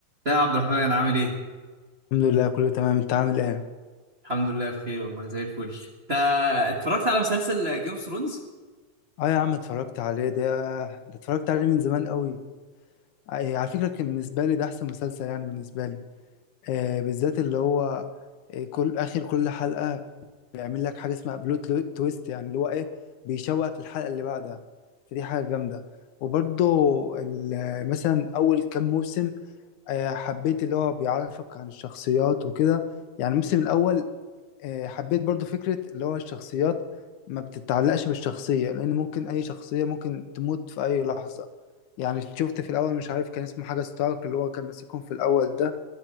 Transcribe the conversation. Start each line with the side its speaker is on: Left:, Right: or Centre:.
Right: ده يا عبد الرحمن عامل ايه؟
Left: الحمد لله كله تمام انت عامل ايه
Right: الحمد لله بخير والله زي الفل. انت اتفرجت على مسلسل جيم اوف ثرونز؟
Left: اه يا عم اتفرجت عليه ده ده اتفرجت عليه من زمان قوي اه، إيه، على فكرة كان بالنسبة لي ده احسن مسلسل يعني بالنسبة لي آه بالذات اللي هو آه كل اخر كل حلقة بيعمل لك حاجة اسمها بلوت لو- تويست يعني اللي هو ايه بيشوقك للحلقة اللي بعدها فدي حاجة جامدة وبرضه ال- مثلا اول كام موسم آه حبيت اللي هو بيعرفك عن الشخصيات وكده يعني الموسم الاول آه، حبيت برضو فكرة اللي هو الشخصيات ما بتتعلقش بالشخصية لأن ممكن أي شخصية ممكن تموت في أي لحظة يعني شفت في الأول مش عارف كان اسمه حاجة ستارك اللي هو كان ماسكهم في الأول ده